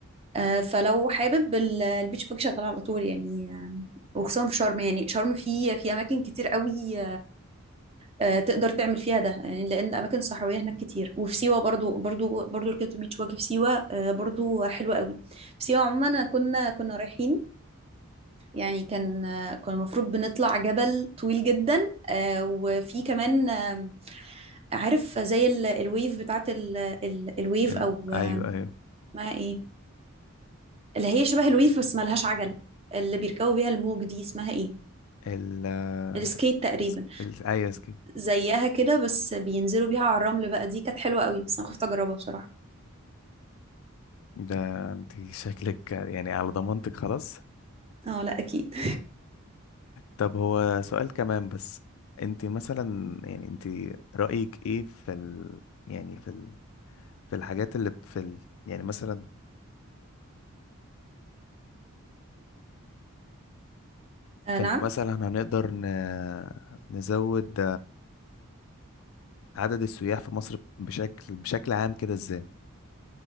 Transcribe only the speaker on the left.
ال...
ايوه ايوه
ال آه،
اس- ال ايوه اسكي
ده انت شكلك يعني على ضمانتك خلاص
طب هو سؤال كمان بس انت مثلا يعني انت رأيك ايه في ال... يعني في ال... في الحاجات اللي في ال... يعني مثلا
في
ان مثلا هنقدر ن... نزود عدد السياح في مصر بشكل بشكل عام كده ازاي